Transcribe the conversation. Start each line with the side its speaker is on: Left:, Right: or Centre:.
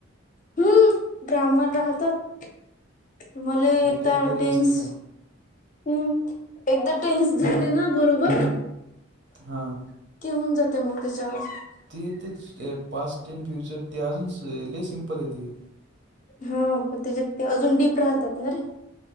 Left: हम्म ग्रामर राहतात मला एकदा
Right: ओकॅबलरी
Left: टेन्स.
Right: असतील
Left: हम् एकदा टेन्स झाले ना बरोबर.
Right: हां
Left: ती होऊन जात मग तेच्यावर.
Right: ती तर पास्ट एन फ्युचर ते अजून लय सिंपल आहे ते.
Left: हा पण त्याच्या ते अजून डीप राहतात ना रे